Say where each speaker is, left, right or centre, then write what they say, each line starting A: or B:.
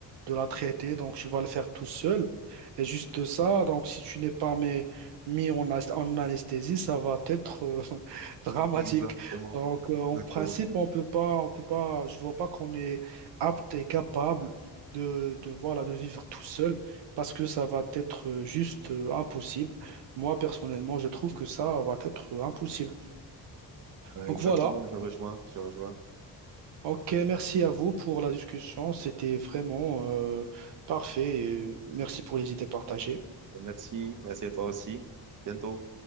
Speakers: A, on the right; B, on the right.
A: de la traiter, donc tu vas le faire tout seul. Et juste ça, donc si tu n'es pas mis, mis en, as- en anesthésie, ça va être euh, <laughs> dramatique.
B: Exactement,
A: Donc euh, en
B: exactement.
A: principe, on peut pas, on peut pas, je vois pas qu'on est apte et capable de, de, voilà, de vivre tout seul parce que ça va être euh, juste euh, impossible. Moi, personnellement, je trouve que ça va être impossible.
B: Voilà,
A: Donc
B: Exactement,
A: voilà.
B: je rejoins, je rejoins.
A: Ok, merci à vous pour la discussion. C'était vraiment euh, parfait. et merci pour les idées partagées.
B: Et Merci, merci à toi aussi. Bientôt.